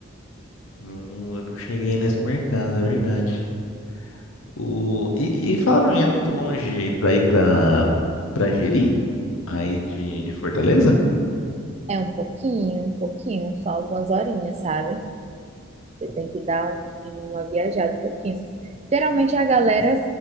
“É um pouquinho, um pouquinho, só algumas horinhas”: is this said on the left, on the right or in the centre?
Right